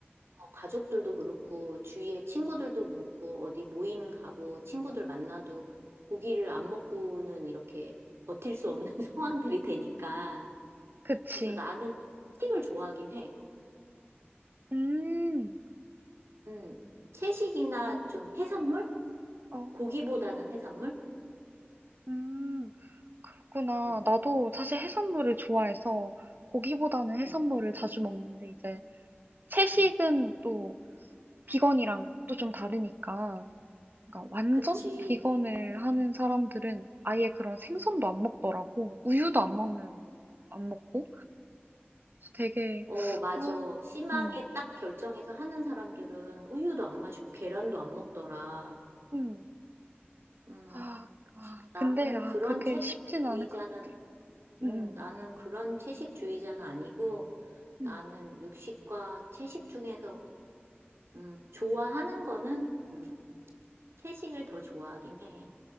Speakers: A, on the right; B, on the right.
A: 어, 가족들도 그렇고, 주위의 친구들도 그렇고, 어디 모임 가고, 친구들 만나도 고기를 안 먹고는 이렇게 버틸 수 없는 <laughs> 상황들이 되니까.
B: 그치.
A: 그래서 나는 좀 채식을 좋아하긴 해.
B: 음,
A: 음, 채식이나 좀 해산물?
B: 어,
A: 고기보다는 해산물?
B: 음, 그렇구나.
A: 음,
B: 나도 사실 해산물을 좋아해서 고기보다는 해산물을
A: 음,
B: 자주 먹는데 이제 채식은
A: 음.
B: 또 비건이랑 또 좀 다르니까 그러니까 완전
A: 그치.
B: 비건을 하는 사람들은 아예 그런 생선도 안 먹더라고. 우유도 안 먹는
A: 음.
B: 안 먹고. 그래서 되게
A: 어, 맞아.
B: 아,
A: 심하게
B: 음,
A: 딱 결정해서 하는 사람들은 우유도 안 마시고 계란도 안 먹더라.
B: 음.
A: 음,
B: 아,
A: 그치.
B: 아,
A: 나는
B: 근데 아
A: 그런
B: 그게
A: 채식주의자는,
B: 쉽진 않을 것 같아.
A: 음,
B: 음,
A: 나는 그런 채식주의자는 아니고,
B: 음,
A: 나는 육식과 채식 중에서, 음, 좋아하는 거는, 음, 채식을 더 좋아하긴 해.